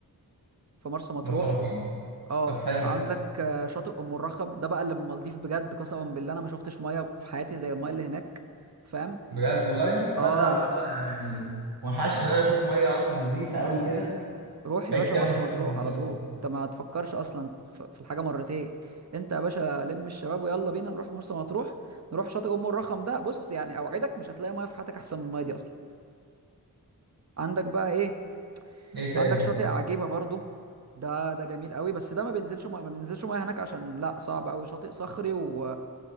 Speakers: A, on the right; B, on the right.
A: في مرسى مطروح
B: مرسى مطروح
A: اه
B: طب حلو
A: عندك آه، شاطئ ام الرخم ده بقى اللي المالديف بجد قسما بالله انا ما شفتش ميه في حياتي زي الميه اللي هناك فاهم
B: بجد والله تصدق
A: اه
B: برضه يعني وحش ان انا اشوف ميه عند نظيفه قوي كده
A: روح
B: بقى
A: يا باشا
B: كتير
A: مرسى
B: أوي ما شفتش
A: مطروح
B: الموضوع
A: على
B: ده
A: طول انت ما تفكرش اصلا ف- في الحاجه مرتين انت يا باشا لم الشباب ويلا بينا نروح مرسى مطروح نروح شاطئ ام الرخم ده بص يعني اوعدك مش هتلاقي ميه في حياتك احسن من الميه دي اصلا عندك بقى ايه
B: ايه تاني
A: عندك شاطئ عجيبه برضو ده ده جميل قوي بس ده ما بينزلش ميه ما بينزلش ميه هناك عشان لا صعب قوي شاطئ صخري و